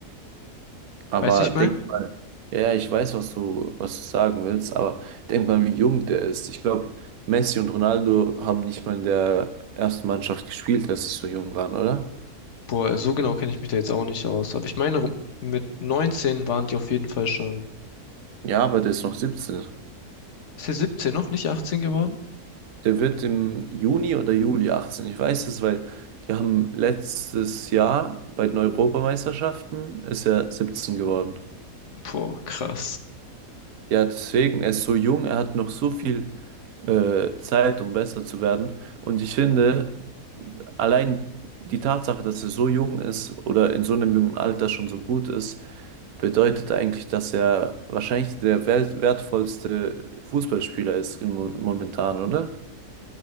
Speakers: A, on the right (about 70°); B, on the left (about 55°).
A: aber
B: weißt du, ich
A: denk
B: meine?
A: mal, ja, ja, ich weiß, was du, was du sagen willst, aber denk mal, wie jung der ist. Ich glaube, Messi und Ronaldo haben nicht mal in der ersten Mannschaft gespielt, als sie so jung waren, oder?
B: Boah, so genau kenne ich mich da jetzt auch nicht aus. Aber ich meine, rum- mit 19 waren die auf jeden Fall schon.
A: Ja, aber der ist noch 17.
B: Ist er 17 noch, nicht 18 geworden?
A: Der wird im Juni oder Juli 18. Ich weiß es, weil die haben letztes Jahr bei den Europameisterschaften ist er 17 geworden.
B: Boah, krass.
A: Ja, deswegen, er ist so jung, er hat noch so viel äh, Zeit, um besser zu werden. Und ich finde, allein die Tatsache, dass er so jung ist oder in so einem jungen Alter schon so gut ist, bedeutet eigentlich, dass er wahrscheinlich der wel- wertvollste Fußballspieler ist im Mo- momentan, oder?